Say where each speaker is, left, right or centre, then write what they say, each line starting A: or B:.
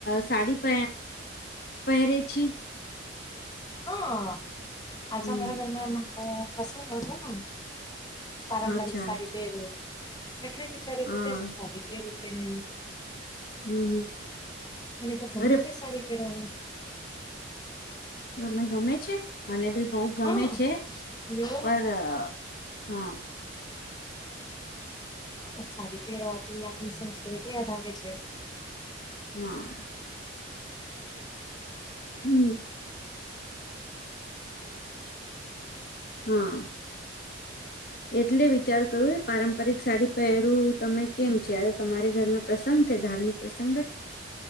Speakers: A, on the left; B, on the left.
A: સાડી પ પહેરે છે.
B: હા, આજે
A: હમ
B: અમારા ઘરમાં ના પસંદ આવતો ને પારંપરિક
A: અચ્છા
B: સાડી
A: અચ્છા
B: પહેરવ એટલે વિચારે
A: હા
B: તું કે સાડી પહેરું કે નહી
A: હમ, હમ
B: અને તો ગમે
A: અરે
B: છે, સાડી પહેરવાની
A: તમે ગમે છે, મને બી બહુ ગમે
B: હા
A: છે,
B: એવું
A: પર હા
B: હા, સારી પહેરવાથી આપની સંસ્કૃતિ યાદ આવે છે.
A: હા. હમ હમ. એટલે વિચાર કરું એ પારંપરિક સાડી પહેરું તમે કેમ છે, તમારે ઘરને પ્રસંગે ધાર્મિક પ્રસંગ જ